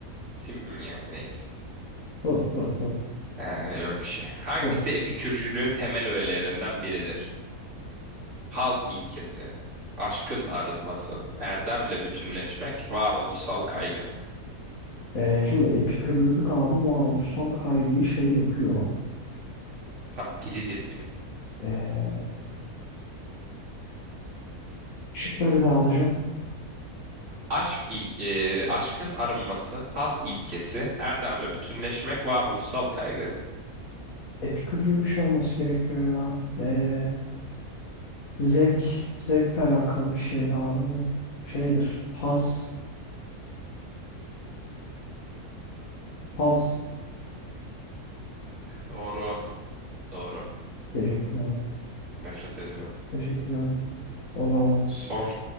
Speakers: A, on the right (about 50°); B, on the left (about 65°).
A: Sim hmm, ya neyse.
B: Hı, hı, hı,
A: He, yok bir şey. Hangisi
B: hı.
A: epikürcülüğün temel öğelerinden biridir? Haz ilkesi. Aşkın arınması. Erdemle bütünleşmek. Varoluşsal kaygı.
B: Ee, şimdi epikürcülük abi varoluşsal kaygıyı şey yapıyor.
A: Tam biridir diyor.
B: Ee, şıkları bir daha alacağım.
A: Aşk il, e, aşkın arınması, haz ilkesi, erdemle bütünleşmek, varoluşsal kaygı.
B: Epikürcülük şey olması gerekiyor ya. Ee, zevk, zevkle alakalı bir şeydi abi bu. Şeydir. Haz, haz.
A: Doğru, doğru.
B: Teşekkür ederim.
A: Nefret ediyorum.
B: Teşekkür ederim. O zaman
A: Sor.